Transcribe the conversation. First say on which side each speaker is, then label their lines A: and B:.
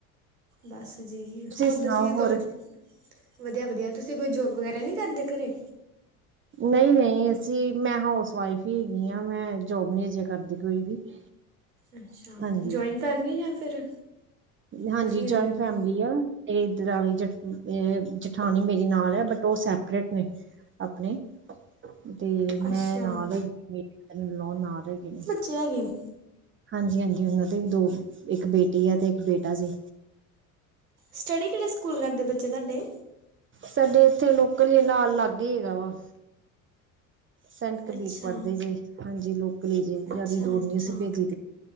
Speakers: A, on the right (about 90°); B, on the right (about 30°).
A: ਬਸ ਜੀ ਹੋਰ
B: ਸੁਣਾਓ
A: ਤੁਸੀਂ ਤਾਨੁ
B: ਹੋਰ
A: ਵਧੀਆ ਵਧੀਆ। ਤੁਸੀਂ ਕੋਈ ਜੋਬ ਵਗੈਰਾ ਨਹੀ ਕਰਦੇ ਘਰੇ।
B: ਨਹੀਂ ਨਹੀਂ ਅਸੀਂ ਮੈਂ ਹਾਊਸ ਵਾਈਫ ਹੀ ਹੇਗੀ ਹਾਂ ਮੈਂ ਜੋਬ ਨਹੀਂ ਜੇ ਕਰਦੀ ਕੋਈ ਵੀ। <inaudible>
A: ਅੱਛਾ
B: ਹਾਂਜੀ।
A: ਜੁਆਇੰਟ ਫੈਮਲੀ ਜਾਂ ਫਿਰ
B: ਹਾਂਜੀ
A: ਤੁਸੀਂ ਰਹਿੰਦੇ
B: ਜੁਆਇੰਟ
A: ਬਸ
B: ਫੈਮਲੀ ਆ। ਇਹ ਦਰਾਣੀ ਇਹ ਜਠਾਾਨੀਂ ਮੇਰੀ ਨਾਲ ਹੈ ਬਟ ਉਹ ਸੈਪਰੇਟ ਨੇ। ਆਪਣੇ ਤੇ ਮੈਂ
A: ਅੱਛਾ
B: ਨਾਲ ਹੈਗੀੇ ਨਾਲ ਹੈਗੇ ਨੇ।
A: ਤਿਆ ਕਿ ਨਹੀਂ।
B: ਹਾਂਜੀ ਹਾਂਜੀ ਉਹਨਾਂ ਦੇ ਇੱਕ ਬੇਟੀ ਆ ਤੇ ਇੱਕ ਬੇਟਾ ਜੇ।
A: ਸਟੱਡੀ ਕਿਹੜੇ ਸਕੂਲ ਕਰਦੇ ਬੱਚੇ ਤੁਹਾਡੇ?
B: ਸਾਡੇ ਇੱਥੇ ਲੋਕਲ ਨਾਲ ਲਾਗੇ ਹੇਗਾ ਵਾ। ਸੈਂਟ ਕਬੀਰ
A: ਅੱਛਾ
B: ਪੜ੍ਹਦੇ ਜੇ ਹਾਂਜੀ ਲੋਕਲੀ ਜੇ
A: ਅੱਛਾ
B: ਜਿਆਦਾ ਦੂਰ
A: ਅੱਛਾ
B: ਜ ਅਸੀਂ। ਭੇਜੀ